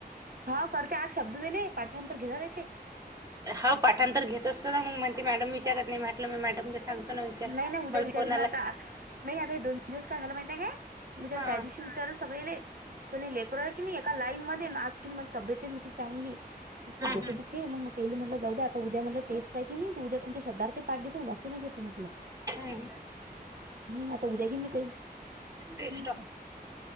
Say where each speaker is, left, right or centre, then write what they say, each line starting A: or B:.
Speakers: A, on the right; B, on the right.
A: हा करते आज शब्द दिले पाठनंतर घेला त्याचे.
B: हा पाठांतर घेत असतो ना मग म्हणती मॅडम विचारत नाही म्हटलं म मॅडम. सांगतो ना विचार
A: नाही नाही उद्या
B: मला
A: विचारीन
B: फोन आला.
A: आता नाही आता हे दोन दिवस का झााला माहिितय काय मी त्या
B: हा
A: त्या दिवशी विचारून सगळे. पण लेकर आहे की नाही एका लाईन मध्ये नाच कि माझी तब्येत नव्हती चांगली
B: हम्म
A: ो
B: हम्म
A: दुखे मग तेली म्हटलं जाऊ द्या आता उद्याटलं टेस्ट आहेी नाही उद्या तमच्या शब्द्थ पाठ घेतून वाचनने घेत. तू म्हटलं
B: हम्म
A: हम् आता उद्या घेन मी ते.
B: टेस्ट
A: हम्